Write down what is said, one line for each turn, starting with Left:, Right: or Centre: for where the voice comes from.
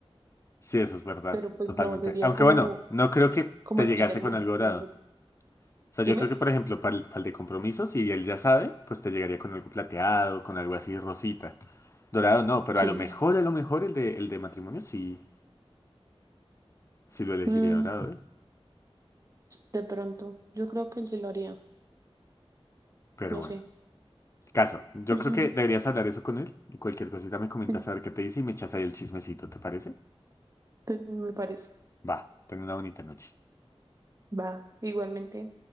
Left: Sí, eso es verdad.
Right: pero pues
Left: Totalmente.
Right: no, sería
Left: Aunque
Right: como,
Left: bueno, no creo que
Right: como
Left: te
Right: el
Left: llegase
Right: fin del mundo.
Left: con algo dorado.
Right: Dime,
Left: O sea,
Right: dime.
Left: yo creo que, por ejemplo, para el, para el de compromiso, si él ya sabe, pues te llegaría con algo plateado, con algo así rosita. Dorado no, pero
Right: Sí.
Left: a lo mejor, a lo mejor el de, el de matrimonio sí, sí lo elegiría
Right: Mm,
Left: dorado, ¿eh?
Right: de pronto, yo creo que él sí lo haría,
Left: Pero
Right: no
Left: bueno,
Right: sé.
Left: caso. Yo
Right: <laughs>
Left: creo que deberías hablar eso con él y cualquier cosita me comentas
Right: Sí,
Left: a ver qué te dice y me echas ahí el chismecito, ¿te parece?
Right: te- me parece.
Left: Va, ten una bonita noche.
Right: Va, igualmente.